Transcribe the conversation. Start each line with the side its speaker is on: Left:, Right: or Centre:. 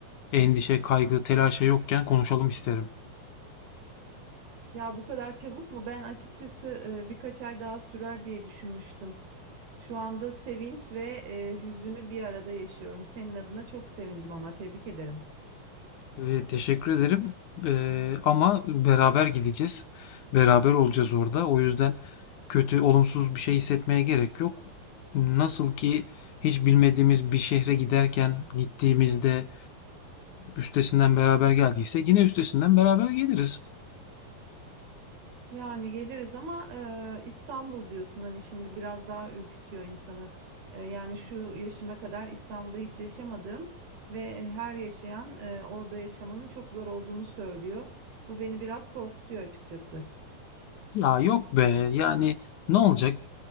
Left: endişe, kaygı, telaşa yokken konuşalım isterim.
Right: Ya bu kadar çabuk mu? Ben açıkçası e, birkaç ay daha sürer diye düşünmüştüm. Şu anda sevinç ve e, hüzünü bir arada yaşıyorum. Senin adına çok sevindim ama tebrik ederim.
Left: Ee, teşekkür ederim. Ee, ama beraber gideceğiz. Beraber olacağız orada. O yüzden kötü, olumsuz bir şey hissetmeye gerek yok. Nasıl ki hiç bilmediğimiz bir şehre giderken gittiğimizde üstesinden beraber geldiyse yine üstesinden beraber geliriz.
Right: Yani geliriz ama e, İstanbul diyorsun hani şimdi biraz daha ürkütüyor insanı. E, yani şu yaşıma kadar İstanbul'da hiç yaşamadım ve her yaşayan e, orada yaşamanın çok zor olduğunu söylüyor. Bu beni biraz korkutuyor açıkçası.
Left: Ya yok be yani ne olacak?